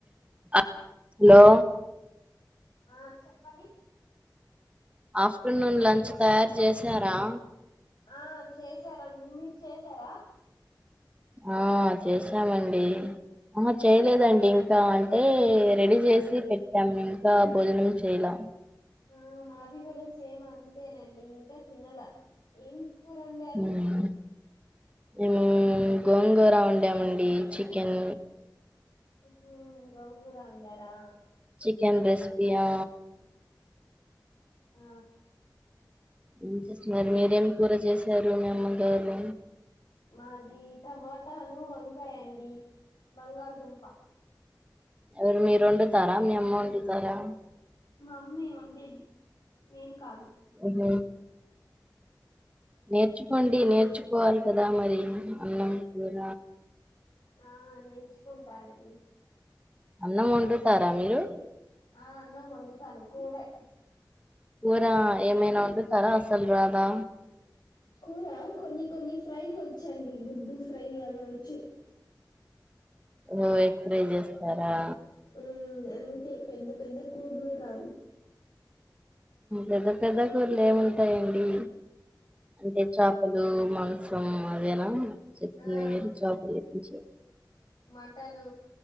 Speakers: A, on the right; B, on the left.
A: hello
B: ఆ చెప్పంని
A: ఆఫ్టర్నూన్ లంచ్ తయారు చేసారా
B: ఆ చేశారండి మీరు చేసారా
A: ఆ చేసామండి ఆ చేయలేదండి ఇంకా అంటే రెడీ చేసి పెట్టాము ఇంకా భోజనం చేయలా
B: ఆ మాది కూడా సేమ్ అంతేనండి ఇంకా తినాల ఏం కూరుండారు
A: మ్మ్. మేము గోంగోరా వంండేమండి చికెన్
B: మ్మహు గోంగూర వండరా
A: చికెన్ గెస్పియా
B: ఆ
A: ఏం చేస్తున్నారు మీరేమి కూర చేసారు మీ అమ్మగారు
B: మాది టమాటాను వంకాయ అండి బంగాళదుంప
A: ఎవరు మీరు వండుతారా మీ అమ్మ వండుతారా
B: మామ్మీ వండేది నేను కాదు
A: ఓహో నేర్చుకోండి నేర్చుకోవాలి కదా మరి అన్నం కూర
B: ఆ నేర్చుకుంటానండి
A: అన్న మంట ఇస్తారా మీరు
B: ఆ అన్నం వండుతాను కురే
A: ఊరా ఏమేనా ఉం ర అసల్ రాదా
B: కూర కొన్ని కొన్ని ఫ్రైలు వచ్చండి గుడ్డు ఫ్రై అవి వచ్చు
A: ఓ ఎగ్ ప్రై చేస్తారా
B: ఉ అంటే పెద్ద పెద్ద కూర్లు రావు
A: పెద్ద పెద్ద కూర్లు ఏముంట ఎం ఉంటాయండి, అంటే చేపలు మాంసం అదేనా చెప్తుందిరు
B: ఆ
A: చేపలు తెప్పించ
B: మటను